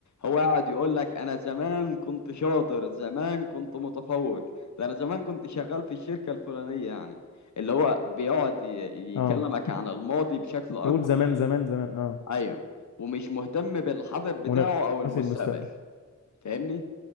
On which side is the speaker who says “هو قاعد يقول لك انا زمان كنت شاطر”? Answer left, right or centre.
Left